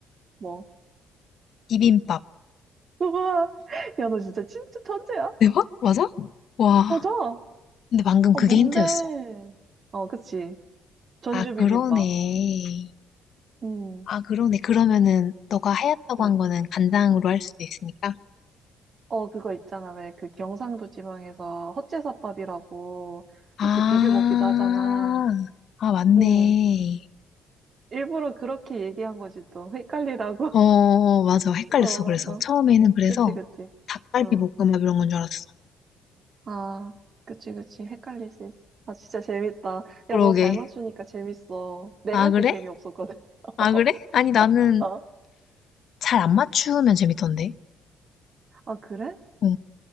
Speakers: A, on the right; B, on the left.
A: 뭐.
B: 비빔밥.
A: <laughs> 우와, 야, 너 진짜 진짜 천재야?
B: 대박? 맞아? 와.
A: 맞아.
B: 근데 방금
A: 어,
B: 그게
A: 뭔데?
B: 힌트였어.
A: 어, 그치. 전주
B: 아,
A: 비빔밥.
B: 그러네.
A: 음,
B: 아, 그러네. 그러면은 너가 하얗다고
A: 음.
B: 한 거는 간장으로 할 수도 있으니까.
A: 어, 그거 있잖아. 왜 그 경상도 지방에서 헛제사밥이라고
B: 아,
A: 이렇게 비벼 먹기도 하잖아.
B: 아, 맞네.
A: 음, 일부러 그렇게 얘기한 거지, 또. 헷갈리라고.
B: 어, 어, 맞아.
A: <laughs>
B: 헷갈렸어.
A: 어, 어,
B: 그래서
A: 어.
B: 처음에는 그래서
A: 그치, 그치.
B: 닭갈비
A: 어.
B: 볶음밥 이런 건 줄 알았어.
A: 아, 그치, 그치. 헷갈릴 수 있어. 아, 진짜 재밌다.
B: 그러게.
A: 야, 너 잘 맞추니까 재밌어. 내가
B: 아,
A: 할
B: 그래?
A: 땐 재미없었거든. <laughs>
B: 아, 그래? 아니, 나는
A: 어,
B: 잘 안 맞추면 재밌던데.
A: 아, 그래?
B: 어,